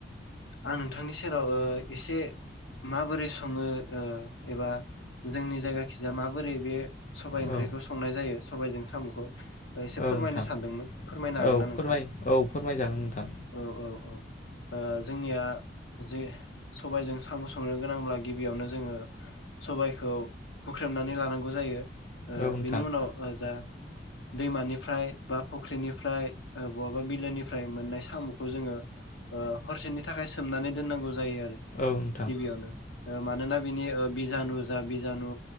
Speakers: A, on the left; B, on the left.
A: आं नोंथांनि सेराव ओ एसे माबोरै सङो ओ एबा जोंनि जायगा खिजा माब बोरै बे सबाइ ओंख्रिखौ
B: औ
A: संनाय जायो। सबायजों सामुखौ। एसे
B: औ
A: फोरमायनो
B: नोंथां
A: सानदोंमोन फोरमायनो हागोन
B: औ
A: ना नोंथां?
B: फोरमाय औ फोरमायजागोन नोंथां
A: औ औ औ। ओ जोंनिया जे सबाइजों सामु संनो गोनांब्ला गिबियावनो जोङो सबाइखौ हुख्रेमनानै ला नांगौ जायो। ओ
B: औ नोंथां
A: बिनि उनाव ओ जा दैमानिफ्राय बा फुख्रिनिफ्राय ओ बहाबा बिलोनिफ्राय मोननाय सामुखौ जोङो ओ हरसेनि थाखाय सोमनानै दोन्नांगौ जायो आरो
B: औ नोंथां
A: गिबियावनो ओ मानोना बिनि ओ बिजानु जा बिजानु